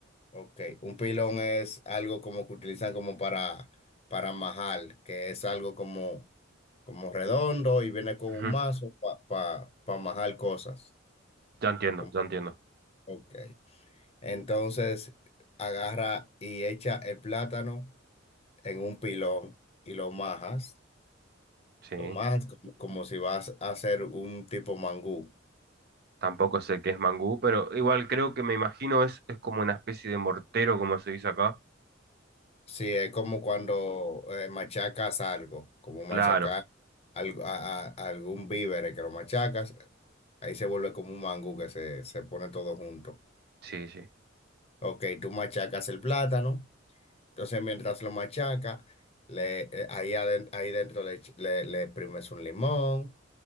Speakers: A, on the left; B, on the right.
A: Ok, un pilón es algo como que utilizan como para, para majar, que es algo como, como redondo y viene con
B: Ujú,
A: un mazo para pa, pa- pa majar cosas.
B: Ya entiendo,
A: Como-
B: ya entiendo.
A: Ok, entonces agarra y echa el plátano en un pilón y lo majas,
B: Sí,
A: lo majas como, como si vas a hacer un tipo mangú.
B: tampoco sé qué es mangú, pero igual creo que me imagino es, es como una especie de mortero, como se dice acá.
A: Sí, es como cuando eh, machacas algo, como machacar
B: Claro,
A: algo, a, a- a algún víver que lo machacas, ahí se vuelve como un mangú que se, se pone todo junto.
B: sí, sí.
A: Ok, tú machacas el plátano, entonces mientras lo machacas, le, eh, ahí, aden- ahí dentro le, ech- le, le exprimes un limón,